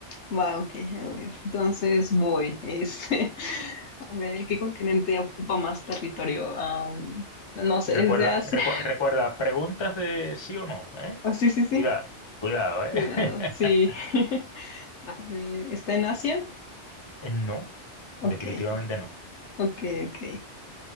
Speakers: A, on the left; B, on the left.
A: va, ok, a ver. Entonces voy. Es, <laughs> a ver, ¿qué continente ocupa más territorio? Am, no sé,
B: Recuerda,
A: ¿es de Asia?
B: Vale. recu-
A: <laughs>
B: recuerda, preguntas de sí o no, ¿eh?
A: Oh, sí, sí, sí.
B: Cuidado, cuidado, ¿eh?
A: Cuidado,
B: <laughs>
A: sí. <laughs> A ver, ¿está en Asia?
B: Eh, No,
A: Ok.
B: definitivamente no.
A: Ok, ok.